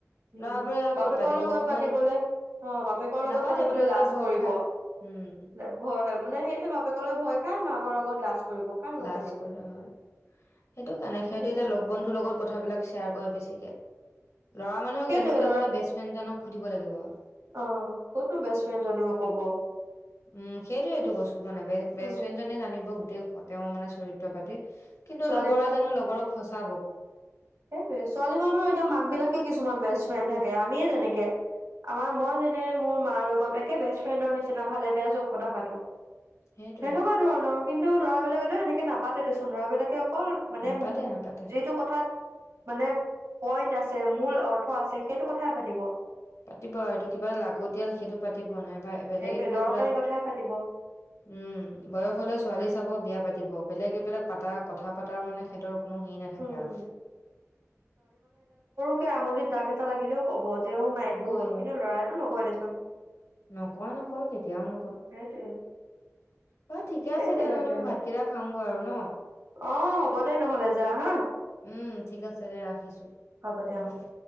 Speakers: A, on the right; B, on the left.
A: উম,
B: ল'ৰাবোৰে আৰু ক'ত
A: বাপেকৰ
B: পাতিব
A: লগত
B: অকমান
A: পাতিবলে অ বাপেকৰ লগত
B: নাপাতে
A: পাতিবলে
B: বাপেকলে
A: লাজ
B: ভয়
A: কৰিব।
B: খাই
A: ভয়
B: উম
A: হয় মানে সেইটোৱে বাপেকলে ভয় খাই, মাকৰ লগত লাজ কৰিব। কাৰ লগত
B: লাজ
A: পাতিব
B: কৰে হয়। সেইটো কাৰণে সিহঁতি
A: সেইটোয়ে
B: এতিয়া লগ বন্ধুৰ লগত কথা বিলাক ছেয়াৰ কৰে বেছিকে। ল'ৰা মানুহক
A: সেইটোয়ে
B: জানিবলে হ'লে বেষ্ট ফ্ৰেইণ্ডজনক সুধিব লাগিব আৱ।
A: অহ, ক'তনো বেষ্ট ফ্ৰেইণ্ডজনেও ক'ব।
B: উম, সেইটোৱেইটো কৈছোঁ মানে বে বেষ্ট
A: উম
B: ফ্ৰেইণ্ডজনে জানিব গোটেই কথ তেওঁ মানে চৰিত্ৰ পাতি। কিন্তু
A: ছোৱালী
B: লগৰে জানো লগৰক ফচাব?
A: সেইটোৱেই, ছোৱালী মানুহৰ এতিয়া মাক বিলাকে কিছুমান বেষ্ট ফ্ৰেইণ্ড থাকে। আমিয়ে যেনেকে। আমাৰ মই যেনে মোৰ মাৰ লগত একে বেষ্ট ফ্ৰেইণ্ডৰ নিচিনা ভালে বেয়াই চব কথা পাতো।
B: সেইটোয়ে
A: সেনেকুৱা ধৰণৰ, কিন্তু ল'ৰা বিলাকেটো সেনেকে নাপাতে দেচোন, ল'ৰা বিলাকে অকল মানে
B: নাপাতে
A: মূ
B: নাপাতে
A: যিটো কথাত মানে পইণ্ট আছে মূল অৰ্থ আছে সেইটো কথাহে পাতিব।
B: পাতিব আৰু এইটো কিবা লাগতীয়াল সেইটো পাতিব নাইবা বেলেগ
A: সেইটোৱে
B: একো
A: দৰকাৰী
B: এইবিলাক
A: কথাই পাতিব
B: উম, বয়স হ'লে ছোৱালী চাব, বিয়া পাতিব। বেলেগ এইবিলাক পাতা কথা পাতাৰ মানে সিহঁতৰ কোনো হেৰী নাথাকে
A: উম,
B: আৰু
A: কে আঙুলিত দাগ এটা লাগিলেও ক'ব, যে অ মাই
B: ক'বই
A: এইটো হ'ল।
B: উম,
A: কিন্তু ল'ৰাইটো নকয় দেচোন।
B: নকয় নকয় কেতিয়াও নকয়।
A: সেইটোৱে
B: বাৰু ঠিকে
A: সেইবিলাকে
B: আছে দে নহ'লে, মই ভাতকেইটা খাওঁগৈ আৰু ন'?
A: অঁ হ'ব দে নহ'লে যা হাঁ।
B: উম, ঠিক আছে দে ৰাখিছোঁ।
A: হ'ব দে
B: উম
A: অ
B: উম।